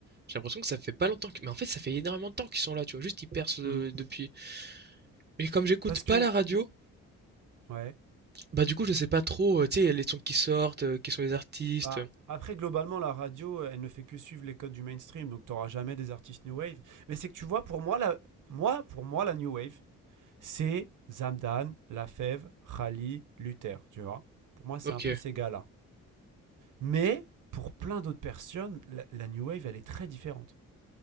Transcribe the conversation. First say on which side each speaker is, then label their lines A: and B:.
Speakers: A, on the right; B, on the right.
A: J'ai l'impression que ça fait pas longtemps que... Mais en fait, ça fait énormément de temps qu'ils sont là, tu vois. Juste, ils percent euh,
B: Hmm.
A: depuis... Mais comme j'écoute
B: Parce
A: pas
B: que,
A: la radio,
B: ouais.
A: bah du coup, je sais pas trop, euh, tu sais, les sons qui sortent, euh, qui sont les artistes.
B: Bah,
A: euh.
B: après, globalement, la radio, elle ne fait que suivre les codes du mainstream, donc t'auras jamais des artistes new wave. Mais c'est que tu vois, pour moi, la, moi, pour moi, la new wave, c'est Zamdan, Lafèvre, Khali, Luther, tu vois. Pour moi, c'est
A: Ok,
B: un peu ces gars-là. Mais pour plein d'autres personnes, la, la New Wave, elle est très différente.